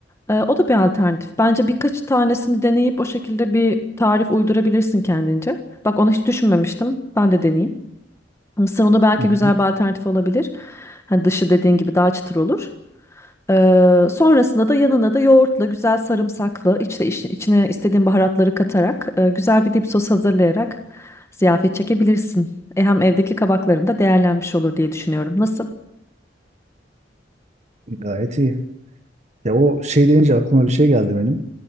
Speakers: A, on the left (about 15°); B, on the right (about 40°).
A: e, o da bir alternatif. Bence birkaç tanesini deneyip o şekilde bir tarif uydurabilirsin kendince. Bak onu hiç düşünmemiştim. Ben de deneyeyim. Mısır unu belki
B: hı hı.
A: güzel bir alternatif olabilir. Hani dışı dediğin gibi daha çıtır olur. Ee, sonrasında da yanına da yoğurtla güzel sarımsaklı içine, içine istediğin baharatları katarak e, güzel bir dip sos hazırlayarak ziyafet çekebilirsin. E, hem evdeki kabakların da değerlenmiş olur diye düşünüyorum. Nasıl?
B: Gayet iyi. Ya o şey deyince aklıma bir şey geldi benim.